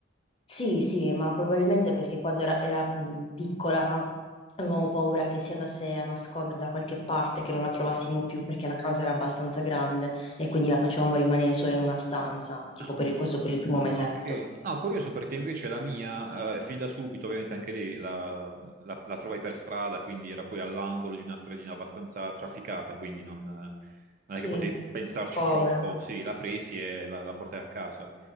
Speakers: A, on the left (about 30°); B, on the right (about 45°).
A: Sì, sì, ma probabilmente perché quando era, era, mh, piccola avevamo paura che si andasse a nascondere da qualche parte, che non la trovassimo più perché la casa era abbastanza grande e quindi la facevamo rimanere sola in una stanza, tipo
B: Ah,
A: per il- questo per il primo mesetto.
B: ok. Ah, curioso perché invece la mia, eh, fin da subito, ovviamente anche lei la, la- la trovai per strada, quindi era poi all'angolo di una stradina abbastanza trafficata, quindi non, non
A: Sì,
B: è che potevi pensarci
A: povera.
B: troppo. Sì, la presi e la la portai a casa.